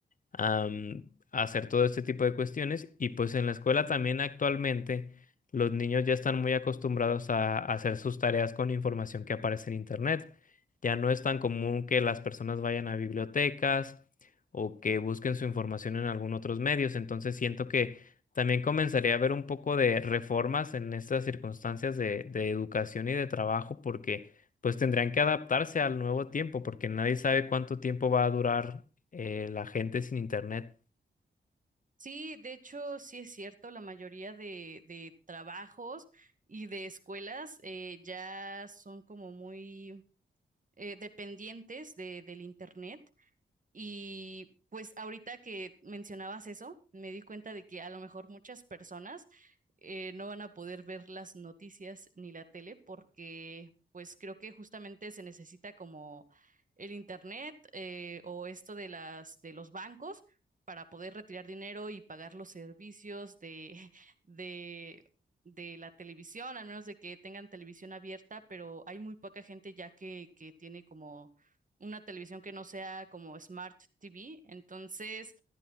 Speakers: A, on the left; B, on the right.
A: am, hacer todo este tipo de cuestiones. Y pues en la escuela también actualmente los niños ya están muy acostumbrados a, a hacer sus tareas con información que aparece en Internet. Ya no es tan común que las personas vayan a bibliotecas o que busquen su información en algún otros medios. Entonces siento que también comenzaría a haber un poco de reformas en estas circunstancias de, de educación y de trabajo porque pues tendrían que adaptarse al nuevo tiempo porque nadie sabe cuánto tiempo va a durar eh, la gente sin internet
B: Sí, de hecho, sí es cierto, la mayoría de, de trabajos y de escuelas eh, ya son como muy eh, dependientes de, del internet. Y pues ahorita que mencionabas eso, me di cuenta de que a lo mejor muchas personas eh, no van a poder ver las noticias ni la tele porque pues creo que justamente se necesita como el internet eh, o esto de las de los bancos para poder retirar dinero y pagar los servicios de <laughs> de de la televisión, al menos de que tengan televisión abierta, pero hay muy poca gente ya que que tiene como una televisión que no sea como Smart TV. Entonces,